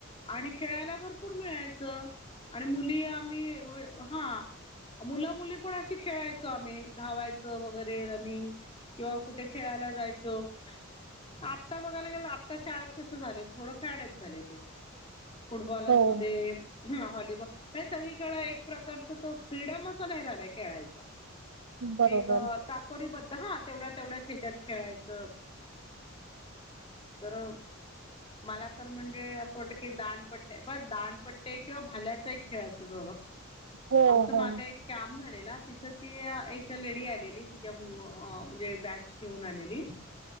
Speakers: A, on the left; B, on the right.
A: आणि खेळायला भरपूर मिळायचं आणि मुली आम्ही हा. मुलं मुली पण अशी खेळायचो आम्ही धावायचं वगैरे रनिंग किंवा कुठे खेळायला जायचं. आता बघायला गेलं आता शाळेत कसं झालंय थोडं फ्याड्यात झालंय ते. फुटबॉल असू
B: हो
A: दे. हा व्हॉलीबॉल हे सगळीकडे एक प्रकारच तो फ्रीडम असं नाही राहिलाय खेळायचा.
B: बरोबर
A: एक चाकोरीबद्ध, हा तेवढ्या तेवढ्याच ह्याच्यात खेळायचं. तर मला तर म्हणजे असं वाटत की दांडपट्टे ब दांडपट्टे किंवा भाल्याचा एक खेळ असत.
B: हो
A: आमच माग
B: हो
A: एक कॅम्प झालेला तिथ ती एक लेडी आलेली तिच्या म्हणजे बॅच घेऊन आलेली.